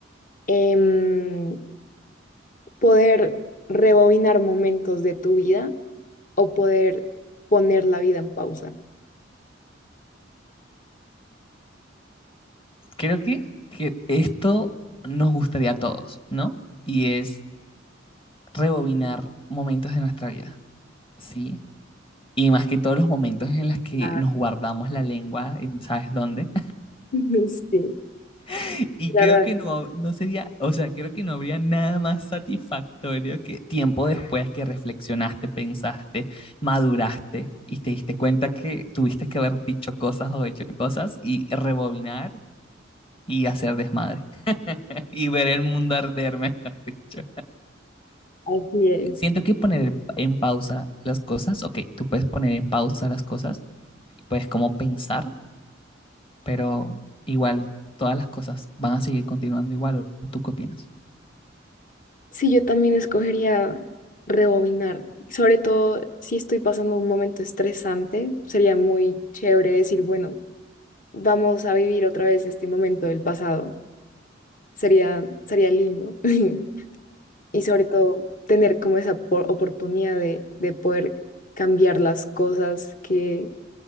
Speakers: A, on the left; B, on the left.
A: Em, ¿poder rebobinar momentos de tu vida o poder poner la vida en pausa.
B: Creo que, que esto nos gustaría a todos, ¿no? Y es rebobinar momentos de nuestra vida, ¿sí? Y más que todos los momentos en los que
A: Claro.
B: nos guardamos la lengua, en ¿sabes dónde?
A: <laughs> Sí,
B: <laughs> Y
A: la
B: creo
A: verdad,
B: que no, no sería, o sea, creo que no habría nada más satisfactorio que tiempo después que reflexionaste, pensaste, maduraste y te diste cuenta que tuviste que haber dicho cosas o hecho cosas y rebobinar y hacer desmadre <laughs> y ver el mundo arder, <laughs> mejor dicho.
A: así es.
B: Siento que poner en pausa las cosas, ok, tú puedes poner en pausa las cosas y puedes como pensar, pero igual todas las cosas van a seguir continuando igual. ¿Tú qué opinas?
A: Sí, yo también escogería rebobinar, sobre todo si estoy pasando un momento estresante, sería muy chévere decir, bueno, vamos a vivir otra vez este momento del pasado. Sería, sería lindo. <laughs> y sobre todo tener como esa por- oportunidad de, de poder cambiar las cosas que,